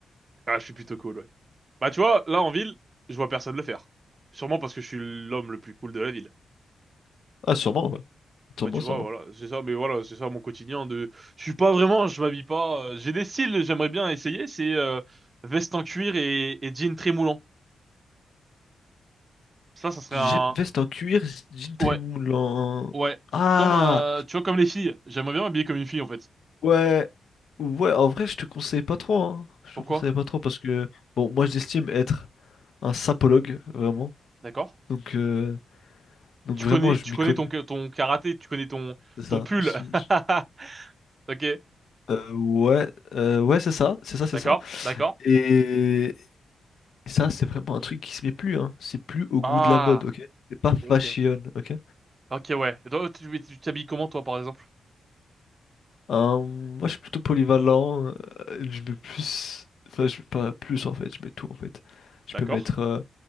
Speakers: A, on the right (about 30°); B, on the left (about 65°).
A: Ah, je suis plutôt cool, ouais. Bah, tu vois, là, en ville, je vois personne le faire. Sûrement parce que je suis l'homme le plus cool de la ville.
B: Ah, sûrement, ouais. Sûrement,
A: Bah, tu
B: sûrement.
A: vois, voilà, c'est ça, mais voilà, c'est ça mon quotidien de... Je suis pas vraiment, je m'habille pas... euh, J'ai des styles, j'aimerais bien essayer, c'est euh, veste en cuir et, et jean très moulant. Ça, ça serait
B: J'ai-
A: un...
B: Veste en cuir, jean très
A: Ouais,
B: moulant.
A: ouais.
B: Ah,
A: Comme, euh, tu vois, comme les filles. J'aimerais bien m'habiller comme une fille, en fait.
B: ouais. Ouais, en vrai, je te conseille pas trop, hein. Je
A: Pourquoi?
B: te conseille pas trop parce que, bon, moi, j'estime être un sapologue, vraiment.
A: D'accord?
B: Donc, euh, donc
A: Tu
B: vraiment,
A: connais,
B: je
A: tu
B: m'y
A: connais
B: connais.
A: ton, ton karaté, tu connais ton,
B: C'est ça.
A: ton pull.
B: Je suis-
A: <laughs>
B: je-
A: Ok,
B: Euh, ouais, euh, ouais, c'est ça, c'est ça, c'est
A: d'accord,
B: ça.
A: d'accord.
B: Et, Et ça, c'est vraiment un truc qui se met plus, hein. C'est plus au
A: Ah,
B: goût de la mode, ok? C'est pas fashion,
A: ok.
B: ok?
A: Ok, ouais. Et toi, tu tu t'habilles comment, toi, par exemple?
B: Euh, moi, je suis plutôt polyvalent. euh, je mets plus... Enfin, je mets pas plus, en fait. Je mets tout, en fait. Je
A: D'accord?
B: peux mettre euh,